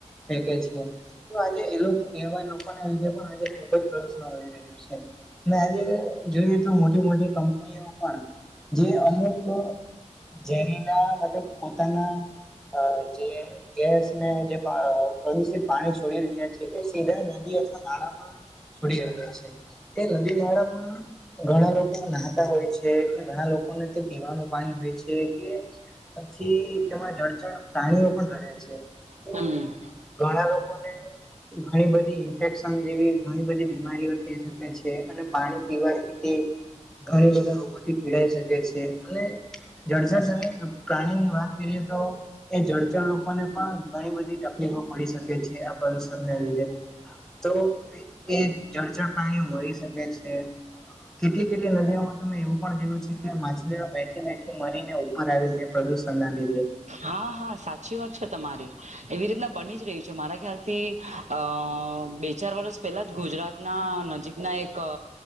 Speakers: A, in the centre; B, on the right.
A: ફેકે છે. તો આજે એ એવા લોકો ના લીધે પણ આજે ખુબ જ પ્રદુષણ વધી રહ્યું છે. ને આજે જોઈએ તો મોટી મોટી કંપનીઓ પણ જે અમુક અ ઝરીના મતલબ પોતાના અ જે ગેસ ને જે પ્રદુષિત પાણી છોડી રહ્યા છે એ સીધા નદી અથવા નાળામાં છોડી રહ્યા છે એ નદી નાળામાં ઘણા લોકો નાહતા હોય છે કે ઘણા લોકોને તે પીવાનું પાણી હોય છે કે પછી તેમાં જળચણ પ્રાણીઓ પણ રહે છે. તો
B: હમ્મ.
A: ઘણા લોકો ને ઘણી બધી ઈન્ફેક્શન જેવી ઘણી બધી બીમારીઓ થઈ શકે છે અને પાણી પીવાથી બી ઘણી બધા રોગોથી પીડાઈ શકે છે અને જર્જર જમીન પ્રાણી ની વાત કરીએ તો એ જળચર લોકોને પણ ઘણી બધી તકલીફો પડી શકે છે આ પ્રદુષણને લીધે તો એ જળચર પાણી મળી શકે છે કેટલીક કેટલી નદીઓમાં તમે એવું પણ જોયું છે કે માછલીઓ બેઠી બેઠી મરીને ઉપર આવી જાય પ્રદૂષણ ના લીધે
B: હા હા સાચી વાત છે તમારી એવી રીતના બની જ રહી છે મારા ખ્યાલથી અ બે ચાર વર્ષ પહેલાં જ ગુજરાતના નજીકના એક અ